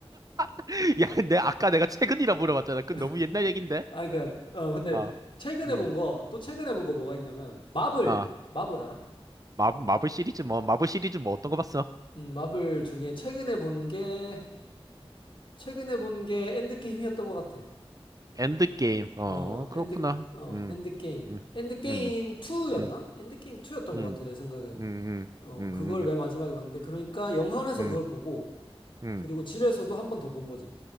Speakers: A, on the right; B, on the left.
A: <laughs> 야, 내, 아까 내가 최근이라 물어봤잖아. 그 너무
B: <laughs>
A: 옛날
B: 음.
A: 얘긴데?
B: 아, 그니까, 어, 근데,
A: 아,
B: 최근에
A: 음,
B: 본 거, 또 최근에 본 거 뭐가 있냐면, 마블,
A: 아.
B: 마블 알아?
A: 마, 마블 시리즈 뭐, 마블 시리즈 뭐 어떤 거 봤어?
B: 음, 마블 중에 최근에 본 게, 최근에 본 게 엔드게임이었던 것 같아.
A: 엔드게임. 어,
B: 어,
A: 그렇구나.
B: 엔드, 어,
A: 음,
B: 엔드게임.
A: 음,
B: 엔드게임
A: 음,
B: 2였나?
A: 음,
B: 엔드게임 2였던
A: 음,
B: 것 같아, 내 생각엔.
A: 음, 음,
B: 어, 그걸
A: 음,
B: 맨 마지막에 봤는데, 그러니까 영화관에서
A: 음,
B: 그걸 보고,
A: 음.
B: 그리고 집에서도 한 번 더 본 거지.